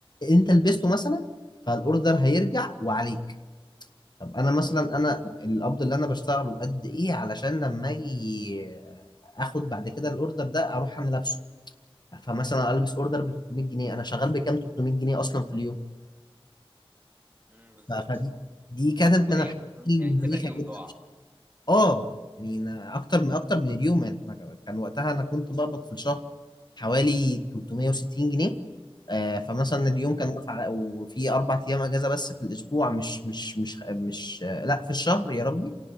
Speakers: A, on the left; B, on the right.
A: انت لبسته مثلا فالاوردر هيرجع وعليك طب انا مثلا انا القبض اللي انا بشتغله قد ايه علشان لما اجي اخد بعد كده الاوردر ده اروح انا لابسه فمثلا البس اوردر ب 300 جنيه انا شغال بكام 300 جنيه اصلا في اليوم
B: امم بالظبط
A: ف- فدي دي كانت
B: ده
A: من
B: هي
A: الحاجات
B: 300
A: المهلكه
B: يعني كده اليوم
A: جدا
B: ضاع
A: اه يعني أنا اكتر من اكتر من اليوم يعني أنا كان وقتها انا كنت بقبض في الشهر حوالي 360 جنيه آه فمثلا اليوم
B: كده
A: كان واقف على وفي اربع ايام اجازه بس في الاسبوع مش مش مش مش آه لا في الشهر يا ربي